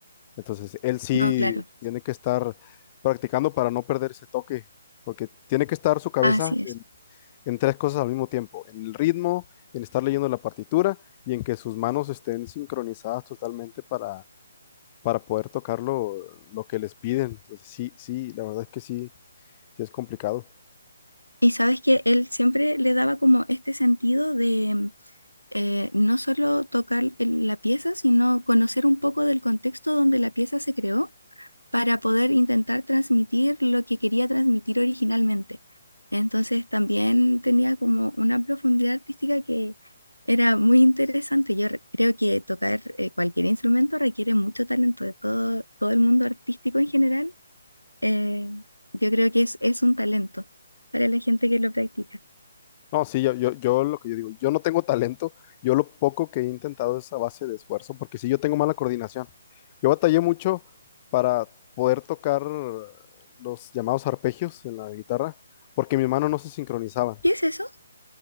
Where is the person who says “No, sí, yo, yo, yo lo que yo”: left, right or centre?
Left